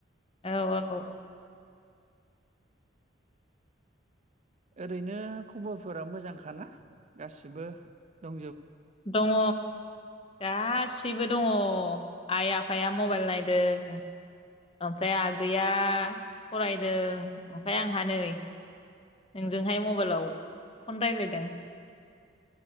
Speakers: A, on the left; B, on the right.
A: औ औ
B: ओरैनो खबरफोरा मोजांखाना गासिबो दं
A: दङ गासैबो दङ। आइ आफाया मबाइल नायदों ओमफ्राय आगैया फरायदों ओमफ्राय आंहा नै नोंजोंहाय मबाइलाव फन राय्लायदों।